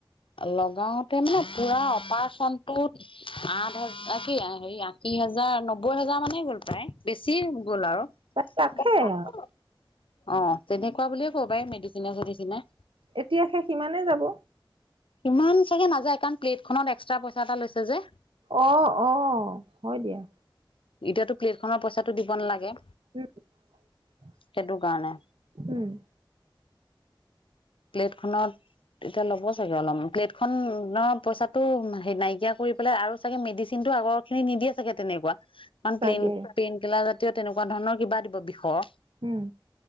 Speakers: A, on the left; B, on the right.
A: লগাওতে মানে পুৰা অপাৰেচনটোত আঠ হাজ আ কি হেৰি আশী হাজাৰ নব্বৈ হাজাৰ মানে গ'ল প্ৰায়। বেছি গ'ল আৰু।
B: তাই ৰাখে
A: <unintelligible>
B: আৰু
A: অ' তেনেকুৱা বুলিয়ে ক'ব পাৰি মেডিচিনে চেডিচিনে।
B: এতিয়া সে সিমানে যাব।
A: ইমান চাগে নাযায়, কাৰণ প্লেটখনত এক্সট্ৰা পইচা এটা লৈছে যে।
B: অ', অ' হয় দিয়া।
A: এতিয়াতো প্লেটখনৰ পইচাটো দিব নালাগে।
B: <unintelligible>
A: সেইটো কাৰণে।
B: উম।
A: প্লেটখনত এতিয়া ল'ব চাগে অলপমান, প্লেট খনৰ পইচাটো হে নাইকিয়া কৰি পেলাই আৰু চাগে মেডিচিন টো আগৰ খিনি নিদিয়ে চাগে তেনেকুৱা। কাৰণ
B: চাগে
A: প্লেন পেইনকিলাৰ জাতীয় তেনেকুৱা ধৰণৰ কিবা দিব বিষৰ।
B: উম।